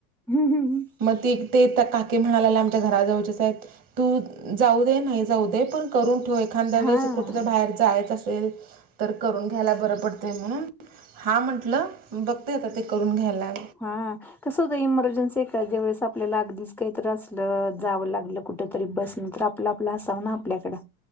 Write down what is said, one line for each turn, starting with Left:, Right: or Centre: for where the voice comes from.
Centre: हम्म हम्म
Right: मग त ते काकी म्हणाला आमच्या घराजवळच्या तु जाऊ दे तू जाऊ दे नाही पण करून ठेव एखाद वेळेस
Centre: हा
Right: कुठं बाहेर जायचं असेल तर करून घ्याय बरं पडते म्हणून हा म्हंटलं बघते येत ते करून घ्यायला
Centre: हा कसं होत इमर्जन्सी ए ज्या वेळेस आपल्याला अगदीच काही तर असलं जावं लागलं कुठेतरी बसने तर आपल आपला असावं ना आपल्याकडें